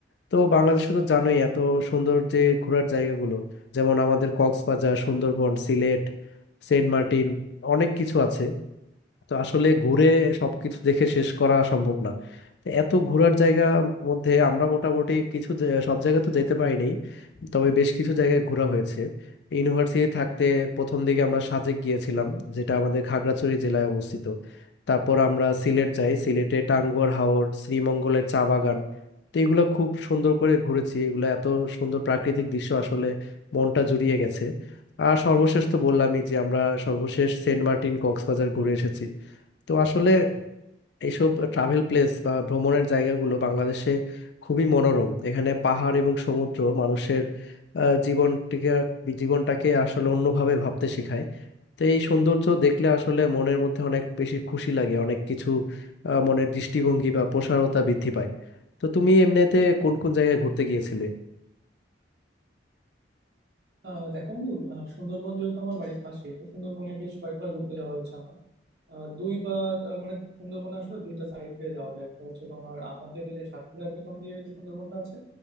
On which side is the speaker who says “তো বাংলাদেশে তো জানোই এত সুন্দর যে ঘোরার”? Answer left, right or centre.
Left